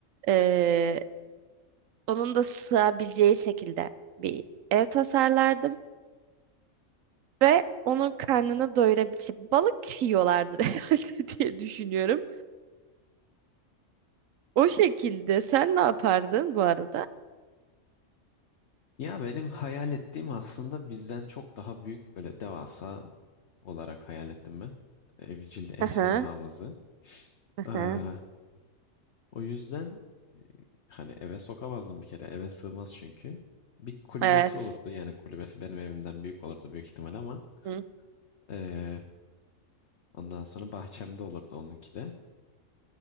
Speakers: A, on the right; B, on the left.
A: E, onun da sığabileceği şekilde bir ev tasarlardım. Ve onun karnını doyurabilir. İşte balık yiyorlardır <laughs> herhalde diye düşünüyorum. O şekilde. Sen ne yapardın bu arada?
B: Ya benim hayal ettiğim aslında bizden çok daha büyük böyle devasa olarak hayal ettim ben. Evcil ejderhamızı.
A: Aha, aha.
B: Ee, O yüzden e, hani eve sokamazdım bir kere. Eve sığmaz çünkü. Bir kulübesi
A: Evet.
B: olurdu. Yani kulübesi benim evimden büyük olurdu büyük ihtimal ama
A: Hı.
B: e, ondan sonra bahçemde olurdu onunki de.